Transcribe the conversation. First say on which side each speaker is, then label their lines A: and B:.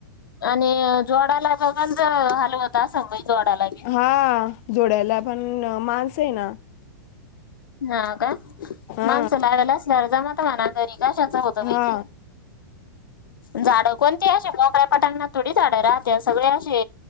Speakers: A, on the left; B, on the left.
A: आणि जोडाला बघलचं अ हलवता सांगय जोडाला बी.
B: हा. जोडायला पण माणसं आहे ना.
A: हा का?
B: हा
A: माणसं लावेला असल्यार जमतं मना तरी. तशाचं होतं बाई
B: हा
A: की. झाडं कोणती अशी मोकळ्या पटांगणात थोडी झाडं राहत्यात, सगळे अशी